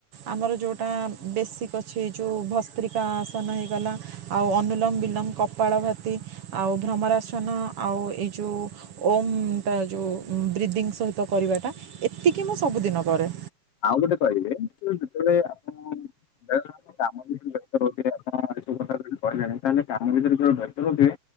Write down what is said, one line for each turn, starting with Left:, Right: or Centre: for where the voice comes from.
Right: ଆମର ଯେଉଁଟା ବେସିକ୍ ଅଛି ଯେଉଁ ଭସ୍ତ୍ରିକା ଆସନ ହେଇଗଲା ଆଉ ଅନୁଲମ ବିଲୋମ, କପାଳ ଭତି, ଆଉ ଭ୍ରମରାସନ ଆଉ ଏଇ ଯେଉଁ ଓମ୍ ଟା ଯେଉଁ ବ୍ରିଦିଙ୍ଗ ସହିତ କରିବାଟା ଏତିକି ମୁଁ ସବୁଦିନ କରେ।
Left: ଆଉ ଗୋଟେ କହିବେ ଯେତେବେଳେ ଆପଣ କାମ ଭିତରେ ବ୍ୟସ୍ତ ରଉଥିବେ ଆପଣ ଏ ସବୁ କଥା ଯଦି କହିଲେଣି ତାହେଲେ କାମ ଭିତରେ ଯଦି ବ୍ୟସ୍ତ ରହୁଥିବେ